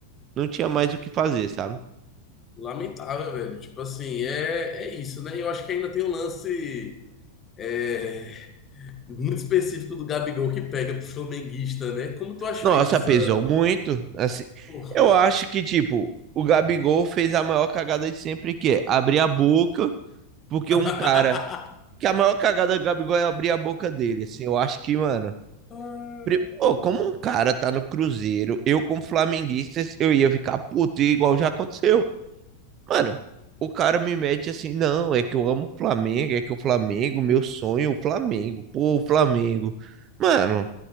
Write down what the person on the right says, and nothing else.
não tinha mais o que fazer, sabe?
Nossa,
pesou muito, assim.
Eu acho que tipo, o Gabigol fez a maior cagada de sempre que é abrir a boca, porque
um cara que a maior cagada do Gabigol é abrir a boca dele, assim. Eu acho que, mano,
Pri- Ô, como um cara tá no Cruzeiro, eu como flamenguista, eu ia ficar puto, igual já aconteceu. Mano, o cara me mete assim, não, é que eu amo o Flamengo, é que o Flamengo, meu sonho, é o Flamengo, pô, o Flamengo. Mano,